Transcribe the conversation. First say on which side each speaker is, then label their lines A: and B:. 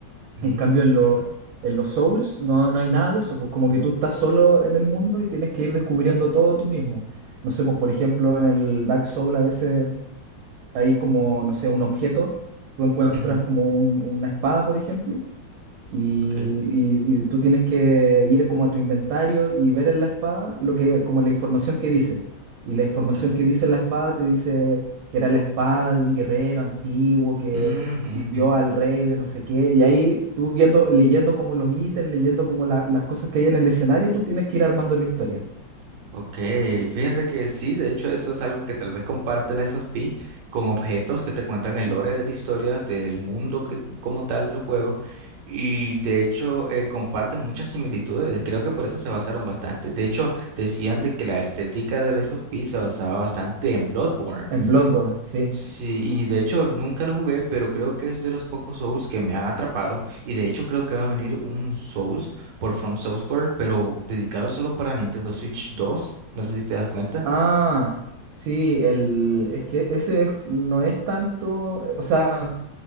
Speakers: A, on the right; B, on the right.
A: ujú,
B: En cambio, en, lo- en los Souls no, no hay nada de eso, pues como que tú estás solo en el mundo y tienes que ir descubriendo todo tú mismo. No sé, pues por ejemplo, en el Dark Soul a veces hay como, no sé, un objeto, tú encuentras
A: ujú,
B: como un- una espada, por ejemplo, y,
A: ok,
B: y- y tú tienes que ir como a tu inventario y ver en la espada lo que, como la información que dice. Y la información
A: ok,
B: que dice la espada te dice que era la espada de un guerrero antiguo que
A: ujú,
B: sirvió
A: ujú.
B: al rey de no sé qué. Y ahí tú viendo, leyendo como los ítems, leyendo como la- las cosas que hay en el escenario, tú tienes que ir armando la historia.
A: Ok, fíjate que sí, de hecho eso es algo que tal vez comparte la of P con objetos que te cuentan el lore de la historia, del mundo que, como tal del juego, y de hecho eh, comparten muchas similitudes, creo que por eso se basaron bastante, de hecho decían de que la estética de la of P se basaba bastante en Bloodborne,
B: En Bloodborne, sí.
A: Sí, y de hecho nunca lo jugué, pero creo que es de los pocos Souls que me han atrapado. Y de hecho creo que va a venir un Souls por From Software, pero dedicado solo para Nintendo Switch 2. No sé si te das cuenta.
B: Ah, sí, el, es que ese es- no es tanto, o sea...